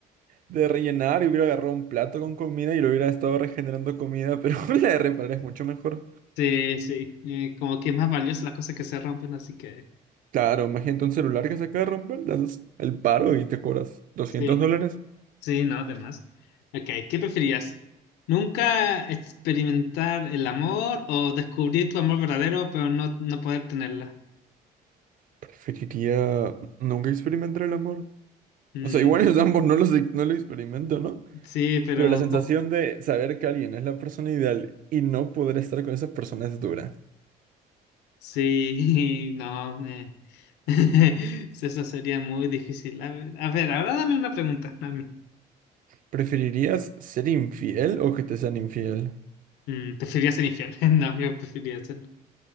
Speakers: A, on the right; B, on the left.
A: de rellenar y hubiera agarrado un plato con comida y lo hubiera estado regenerando comida, pero <laughs> la de reparar es mucho mejor.
B: Sí, sí, eh, como que es más valiosa las cosas que se rompen, así que
A: Claro, imagínate un celular que se acaba de romper, le haces el paro y te cobras doscientos
B: sí,
A: dólares.
B: sí, no, además. Ok, ¿qué preferías? ¿Nunca experimentar el amor o descubrir tu amor verdadero pero no, no poder tenerla?
A: Preferiría nunca experimentar el amor.
B: Mm,
A: O sea, igual ellos ambos no los, no lo experimento, ¿no?
B: sí, pero...
A: Pero la sensación de saber que alguien es la persona ideal y no poder estar con esa persona es dura.
B: Sí, <laughs> no, me... <laughs> Eso sería muy difícil. A ver, a ver, ahora dame una pregunta a mí.
A: ¿Preferirías ser infiel o que te sean infiel?
B: Mm, ¿preferirías ser infierno? <laughs> No, yo preferiría hacerlo.